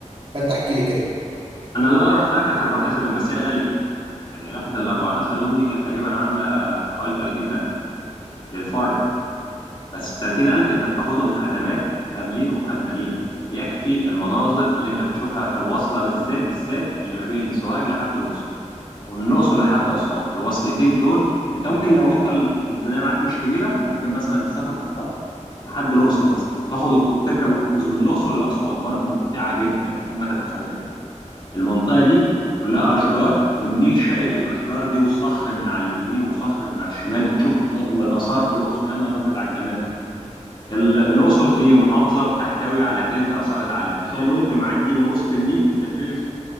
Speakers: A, on the right (about 45°); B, on the left (about 40°).
A: فانت احكي لي كده
B: أنا اللي أنا رحتها كانت 14 يوم بس هي غالية يعني رحلة ال 14 يوم دي كانت تقريبا عاملة حوالي 30000 للفرد بس ال 30000 أنت بتاخدهم خدمات كاملين مكملين يكفي المناظر اللي أنت بتشوفها في الوصلة بالذات بالذات اللي ما بين سوهاج لحد الأقصر ومن الأقصر لحد أسوان الوصلتين دول أنت ممكن لو أنت ال- الميزانية معاك مش كبيرة ممكن مثلا تسافر في القطر لحد الأقصر مثلا تاخد الكر... تركب الكروز من الأقصر لأسوان برضو ممتعة جدا فوق ما تتخيل يعني المنطقة دي كلها أشجار والنيل شاقي الأشجار دي والصخر من على اليمين وصخر من على الشمال بتشوف مناظر والآثار في الأقصر يا نهار أبيض على الجمال ال- الأقصر دي محافظة بتحتوي على تلت آثار العالم تخيل وانت معدي من وسط النيل انت شايف